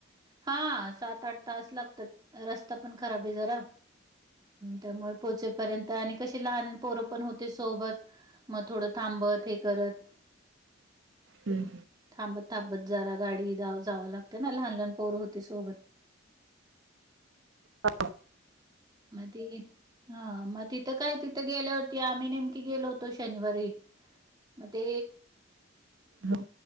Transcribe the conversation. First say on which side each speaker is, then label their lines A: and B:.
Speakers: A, on the right (about 20°); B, on the right (about 70°).
A: हा सात आठ तास लागतात रस्ता पण खराबे जरा त्यामुळे पोहचेपर्यंत आणि कशी लहान पोरंपण होते सोबत म थोडं थांब बत हे करत
B: हम्
A: थांबत थांबत जरा गाडी गाव जाव लागते ना लहान लहान पोरं होती सोबत
B: अ
A: मध्ये हा म तिथं काय तिथं गेल्यावरती आम्ही नेमकी गेलो होतो शनिवारी मते
B: ब्लो